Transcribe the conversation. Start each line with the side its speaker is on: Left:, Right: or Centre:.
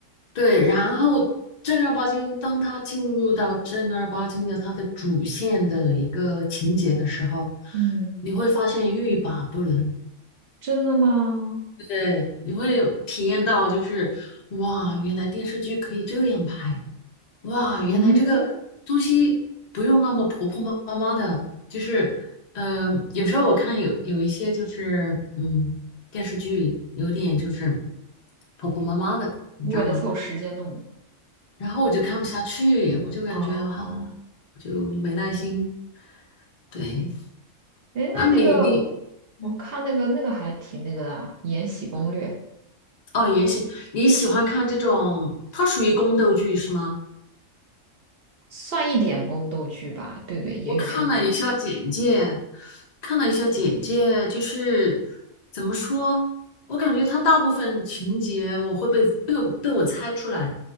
Left: 对，然后正儿八经，当他进入到正儿八经的他的主线的一个情节的时候，
Right: 嗯，
Left: 你会发现欲罢不能。
Right: 真的吗？
Left: 对，你会有体验到，就是哇，原来电视剧可以这样拍，哇，
Right: 嗯，
Left: 原来这个东西不用那么婆婆妈妈的，就是嗯、有时候我看有有一些就是嗯电视剧有点就是婆婆妈妈的，你知道吗？
Right: 为了凑时间弄的。
Left: 然后我就看不下去，我就感觉哈，
Right: 哦，
Left: 啊我就没耐心。对，
Right: 诶，那那个，
Left: 那你你
Right: 我看那个那个还挺那个的啊，
Left: 嗯，
Right: 《延禧攻略》
Left: 哦，延禧，你喜欢看这种？它属于宫斗剧是吗？
Right: 算一点宫斗剧吧？对对，也有宫斗剧。
Left: 我看了一下简介，看了一下简介，就是怎么说，我感觉它大部分情节我会被被我被我猜出来，